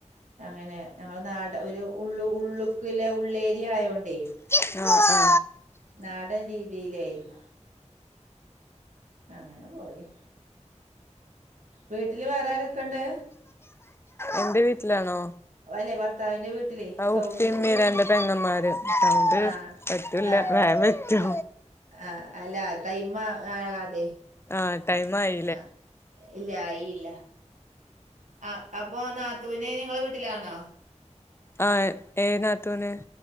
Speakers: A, on the right; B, on the left.
A: അങ്ങനെ ഞങ്ങടെ നാട ഒരു ഉള്ളു ഉള്ളുക്കല്ലെ ഉള്ളേരിയ ആയോണ്ടേ
B: ആഹ അ
A: നാടൻ രീതിയിലായിരുന്നു അങ്ങനെ പോയി വീട്ടില് വേറെ ആരൊക്കെയൊണ്ട്
B: എന്റെ വീട്ടിലാണോ
A: അല്ലെ ഭർത്താവിന്റെ വീട്ടിൽ ല്ലേ
B: ആ
A: സൗണ്ട്
B: ഉപ്പി ഉമ്മി
A: കേക്ക
B: രണ്ട് പെങ്ങന്മാര് സൗണ്ട്
A: ആഹ്
B: പറ്റൂല
A: ആഹ്
B: വേഗം വെച്ചോ
A: അഹ് ആഹ് അല്ല ടൈം ആകാതെ
B: ആഹ് ടൈം ആയി
A: ആഹ് ഇല്ല ആയില്ല ആഹ് അപ്പൊ നാത്തുനെ നിങ്ങളെ വീട്ടിലാണോ
B: ആഹ് ഏത്‌ നാത്തൂന